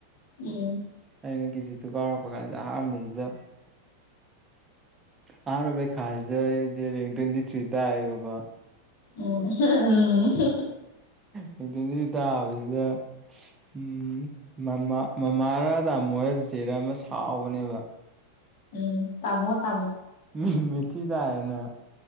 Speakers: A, on the left; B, on the right.
A: ꯎꯝ
B: ꯑꯩꯅ ꯀꯤꯖꯤ ꯇꯨ ꯀꯥ ꯍꯧꯔꯛꯄ ꯀꯥꯟꯗ ꯑꯍꯥꯟꯕꯗꯨꯗ ꯑꯍꯥꯟꯕ ꯄꯩꯈꯥꯁꯤꯗꯩ ꯑꯩꯁꯦ ꯔꯦꯡ ꯇ꯭ꯋꯦꯟꯇꯤ ꯊ꯭ꯔꯤ ꯇꯥꯏꯑꯌꯦꯕꯀꯣ
A: ꯑꯣ ꯎꯝ ꯑꯣ ꯎꯝ
B: ꯀꯦꯟꯗ꯭ꯔꯔꯤꯗ ꯍꯧꯕꯁꯤꯗ ꯎꯝ ꯃꯥ ꯃꯃꯥꯔ ꯏꯥꯃꯣꯔ ꯆꯦꯆꯦꯔ ꯑꯃ ꯁꯥꯎꯕꯅꯦꯕ
A: ꯎ ꯇꯥꯃꯣ ꯇꯥꯃꯣ
B: ꯎꯝ ꯃꯤꯊꯤꯏ ꯇꯥꯏꯅꯦꯅ